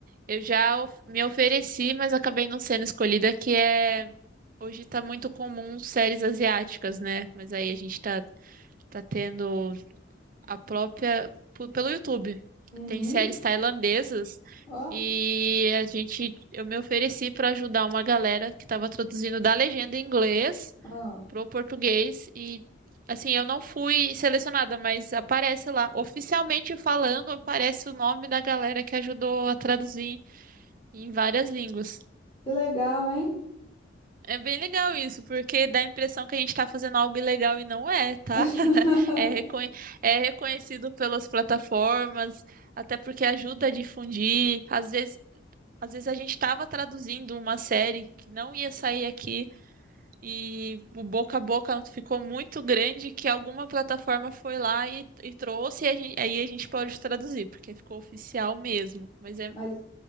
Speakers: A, on the right; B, on the left.
A: Eu já of- me ofereci, mas acabei não sendo escolhida, que é hoje tá muito comum séries asiáticas, né? Mas aí a gente tá tá tendo A própria. p- Pelo YouTube.
B: Uhum.
A: Tem séries tailandesas
B: Ó,
A: e a gente. Eu me ofereci para ajudar uma galera que estava traduzindo da legenda em inglês
B: ó.
A: pro português e. Assim, eu não fui selecionada, mas aparece lá. Oficialmente falando, aparece o nome da galera que ajudou a traduzir em várias línguas.
B: Que legal, hein?
A: É bem legal isso, porque dá a impressão que a gente está fazendo algo ilegal e não é, tá?
B: <laughs>
A: <laughs> É, reconhe- é reconhecido pelas plataformas, até porque ajuda a difundir. Às vezes, às vezes a gente estava traduzindo uma série que não ia sair aqui e o boca a boca ficou muito grande que alguma plataforma foi lá e, e trouxe e a gente, aí a gente pode traduzir, porque ficou oficial mesmo. Mas é
B: Mas